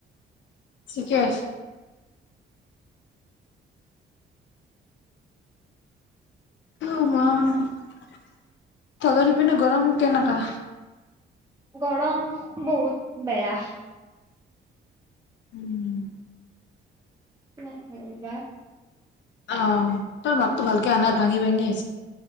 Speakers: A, on the left; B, on the right.
A: ঠিকে উ মা তঁহতৰপিনে গৰম কেনকা
B: গৰম বহুত বেয়া
A: উম
B: কিমান হ'ল বা
A: অ তোৰ মাতটো ভাল কে অহা নাই ভাঙি ভাঙি আ